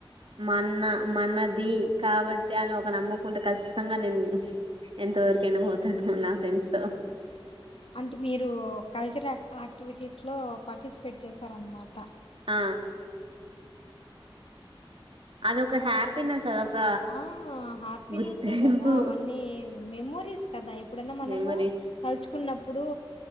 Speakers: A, on the right; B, on the left.
A: మన్న మనది. కాబట్టి అని ఒక నమ్మకుంటే ఖచ్చితంగా నేను ఎంతవరకైనబోతాను నా ఫ్రెండ్స్ తో
B: అంటే మీరు కల్చర యాక్టివిటీస్లో పార్టిసిపేట్ చేస్తారన్నమాట
A: ఆ అదొక హ్యాపీనెస్ అదొక
B: ఆ హ్యాపీనెసే
A: గుర్తింపు
B: కదా అవన్నీ మెమోరీస్ కదా ఇప్పుడనా మనము
A: మెమరీ
B: తలుచుకున్నప్పుడు